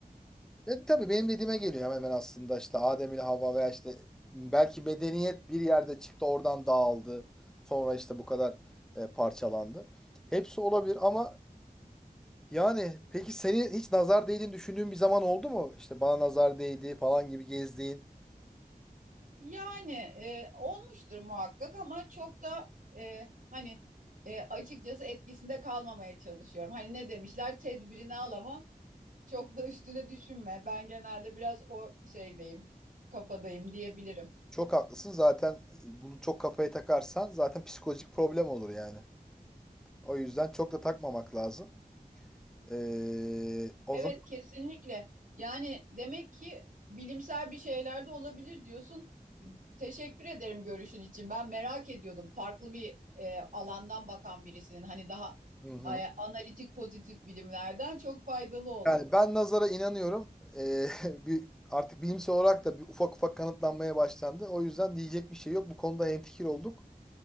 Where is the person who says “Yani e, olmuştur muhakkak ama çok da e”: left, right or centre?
Right